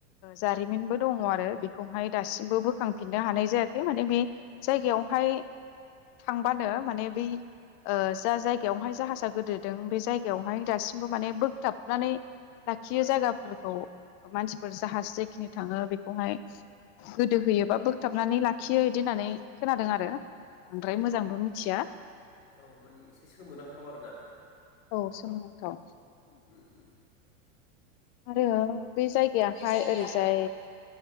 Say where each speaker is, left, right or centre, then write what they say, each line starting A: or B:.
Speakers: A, on the left (about 45°); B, on the left (about 85°).
A: जारिमिनबो दङ आरो बेखौहाय दासिमबो बोखांफिननो हानाय जायाखै मा ने बे जायगायावहाय थांबानो माने बै जा जायगायावहाय जाहाजा गोदोदों बे जायगायावहाय दासिमबो माने बोगथाबनानै लाखियो जायगाफोरखौ मानसिफोर जाहाज जेखिनि थाङो बेखौहाय गोदो होयोबा बोगथाबनानै ला खियो बिदि होननानै खोनादों आरो। बांद्राय
B: औ
A: मोजांबो मिथिया
B: औ माने एसे सोमोनांथाव आरोना
A: औ सोमो थाव।
B: उम उम।
A: आरो बे जायगायाहाय
B: जायगाया
A: ओरैजाय।